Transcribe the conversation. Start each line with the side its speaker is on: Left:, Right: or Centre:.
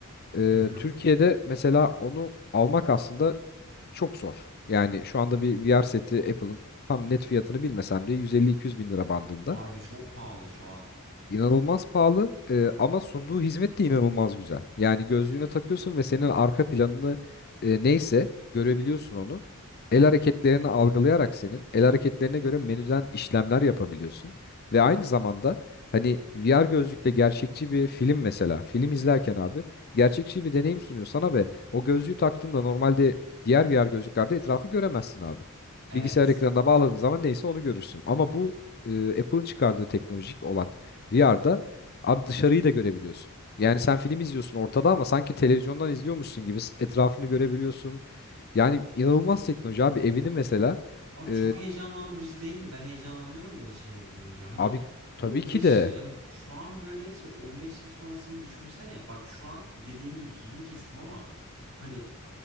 Left: Ee,
Right: Hı hı.
Left: Türkiye'de mesela onu almak aslında çok zor. Yani şu anda bir VR seti Apple'ın tam net fiyatını bilmesem de 150-200 bin lira bandında.
Right: Abi çok pahalı şu an.
Left: İnanılmaz pahalı e, ama sunduğu hizmet de inanılmaz güzel. Yani gözlüğüne takıyorsun ve senin arka planını e, neyse görebiliyorsun onu. El hareketlerini algılayarak senin el hareketlerine göre menüden işlemler yapabiliyorsun. Ve aynı zamanda hani VR gözlükle gerçekçi bir film mesela film izlerken abi gerçekçi bir deneyim sunuyor sana ve o gözlüğü taktığında normalde diğer VR gözlüklerde etrafı göremezsin abi.
Right: Evet.
Left: Bilgisayar ekranına bağladığın zaman neyse onu görürsün. Ama bu e, Apple'ın çıkardığı teknolojik olan VR'da abi dışarıyı da görebiliyorsun. Yani sen film izliyorsun ortada ama sanki televizyondan izliyormuşsun gibi s- etrafını görebiliyorsun. Yani inanılmaz teknoloji abi evini mesela
Right: Abi
Left: e,
Right: çok heyecanlandırıcı değil mi? Ben heyecanlanıyorum böyle şeyleri duyunca. Hani
Left: abi tabii
Right: 15
Left: ki de
Right: yıl, hani şu an böyleyse 15 yıl sonrasını düşünsene. Bak şu an dediğin gibi sözünü kestim ama hani